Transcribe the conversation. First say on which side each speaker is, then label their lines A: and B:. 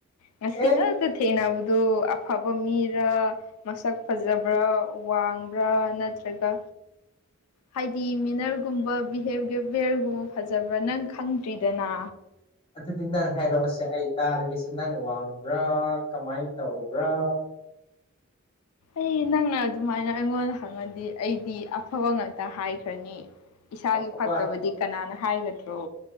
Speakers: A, on the left; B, on the left.
A: ꯉꯁꯤ
B: ꯑꯦ
A: ꯉ ꯇꯥ ꯊꯦꯡꯅꯕꯗꯨ ꯑꯐꯕ ꯃꯤꯔꯥ ꯃꯁꯛ ꯐꯖꯕ꯭ꯔꯥ ꯋꯥꯡꯕ꯭ꯔꯥ ꯅꯠꯇ꯭ꯔꯒ ꯍꯥꯏꯗꯤ ꯃꯦꯅꯔꯒꯨꯝꯕ ꯕꯤꯍꯦ ꯕꯤꯍꯦꯕꯤꯌꯔꯒꯨꯝꯕ ꯐꯖꯕ꯭ꯔꯥ ꯅꯪ ꯈꯪꯗ꯭ꯔꯤ ꯗꯅꯥ
B: ꯑꯗꯨꯗꯤ ꯅꯪ ꯍꯥꯏꯔꯛꯑꯣꯁꯦ ꯑꯩ ꯇꯥꯔꯒꯦꯁꯦ ꯅꯪ ꯋꯥꯡꯕ꯭ꯔꯥ ꯀꯃꯥꯏ ꯇꯧꯕ꯭ꯔꯥ
A: ꯑꯩ ꯅꯪꯅ ꯑꯗꯨꯃꯥꯏꯅ ꯑꯩꯉꯣꯟꯗ ꯈꯪꯉꯗꯤ ꯑꯩꯗꯤ ꯑꯐꯕ ꯉꯥꯛꯇ ꯍꯥꯏꯈ꯭ꯔꯅꯤ ꯏꯁꯥꯒꯤ
B: ꯑꯐꯕ
A: ꯐꯠꯇꯕꯗꯤ ꯀꯅꯥꯅ ꯍꯥꯏꯒꯗ꯭ꯔꯣ